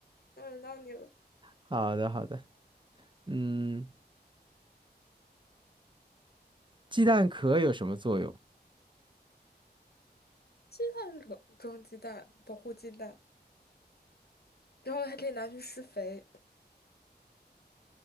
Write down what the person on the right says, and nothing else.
好的好的，嗯，鸡蛋壳有什么作用？